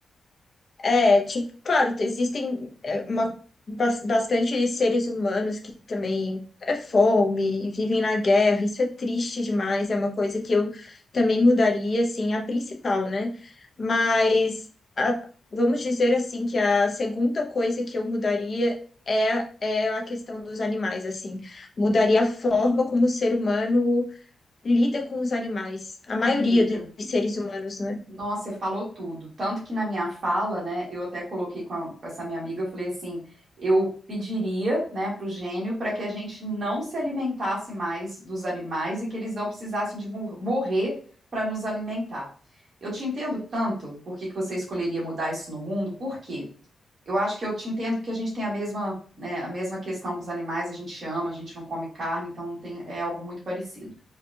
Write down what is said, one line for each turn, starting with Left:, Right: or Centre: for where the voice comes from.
Left: É, tipo, claro, existem é, uma, bas- bastante seres humanos que também é fome, e vivem na guerra, isso é triste demais, é uma coisa que eu também mudaria, assim, a principal, né? Mas a- vamos dizer assim que a segunda coisa que eu mudaria é, é a questão dos animais, assim. Mudaria a forma como o ser humano lida com os animais, a
Right: amiga.
Left: maioria dos seres humanos, né?
Right: Nossa, você falou tudo. Tanto que na minha fala, né, eu até coloquei com, a- com essa minha amiga, eu falei assim, eu pediria, né, para o gênio para que a gente não se alimentasse mais dos animais e que eles não precisassem de mor- morrer para nos alimentar. Eu te entendo tanto por que que você escolheria mudar isso no mundo, por quê? Eu acho que eu te entendo porque a gente tem a mesma, né, a mesma questão com os animais, a gente ama, a gente não come carne, então tem, é algo muito parecido.